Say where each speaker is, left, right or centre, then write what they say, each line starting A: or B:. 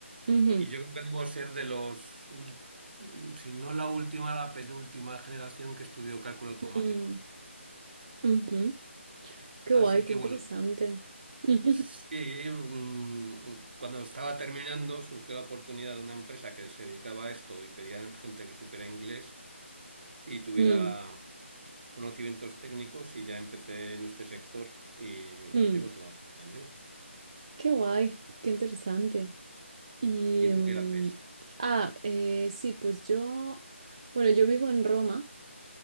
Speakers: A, on the right; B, on the right.
A: ujú,
B: Y yo creo que debo ser de los, ul- si no la última, la penúltima generación que estudió cálculo automático.
A: mm, ujú. Qué
B: Así
A: guay, qué
B: que
A: interesante.
B: bueno,
A: <laughs>
B: Sí, mm, cuando estaba terminando surgió la oportunidad de una empresa que se dedicaba a esto y pedían gente que supiera inglés y tuviera
A: Mm,
B: conocimientos técnicos y ya empecé en este sector y,
A: mm.
B: y llevo toda mi vida en él.
A: Qué guay, qué interesante. Y...
B: ¿Y tú
A: mm,
B: qué haces?
A: ah, eh, sí, pues yo... Bueno, yo vivo en Roma